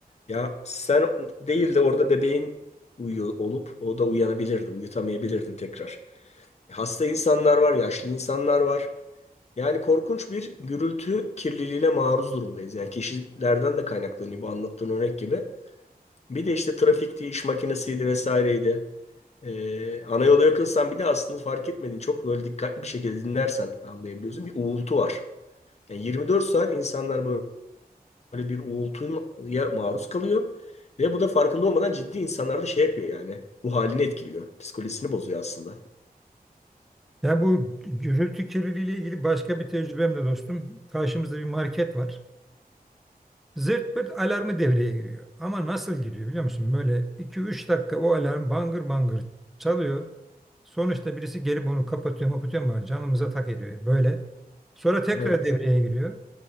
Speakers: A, on the left; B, in the centre.
A: Ya sen değil de orada bebeğin uyuyor olup o da uyanabilirdi, uyutamayabilirdin tekrar. Hasta insanlar var, yaşlı insanlar var. Yani korkunç bir gürültü kirliliğine maruz durumdayız. Yani kişilerden de kaynaklanıyor bu anlattığın örnek gibi. Bir de işte trafikti, iş makinesiydi vesaireydi. Ee, ana yola yakınsan bir de aslında fark etmedin. Çok böyle dikkatli bir şekilde dinlersen anlayabiliyorsun. Bir uğultu var. Yani 24 saat insanlar böyle bir uğultuya maruz kalıyor. Ve bu da farkında olmadan ciddi insanlarda şey yapıyor yani. Ruh halini etkiliyor. Psikolojisini bozuyor aslında.
B: Ya bu gürültü kirliliği ile ilgili başka bir tecrübem de dostum. Karşımızda bir market var. Zırt pırt alarmı devreye giriyor. Ama nasıl giriyor biliyor musun? Böyle iki üç dakika o alarm bangır bangır çalıyor. Sonuçta birisi gelip onu kapatıyor mapatıyor ama canımıza tak ediyor böyle. Sonra tekrar
A: Evet.
B: devreye giriyor.